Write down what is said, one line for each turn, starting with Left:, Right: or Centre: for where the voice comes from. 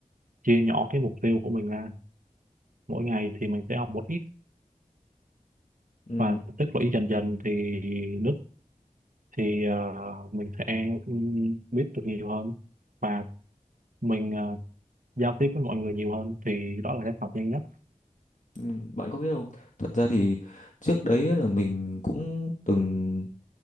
Right: chia nhỏ cái mục tiêu của mình ra mỗi ngày thì mình sẽ học một ít
Left: Ừm,
Right: và tích lũy dần dần thì nước thì ờ, mình sẽ ừm, biết được nhiều hơn và mình ờ, giao tiếp với mọi người nhiều hơn thì đó là cách học nhanh nhất
Left: ừm, bạn có biết không thật ra thì trước đấy là mình cũng từng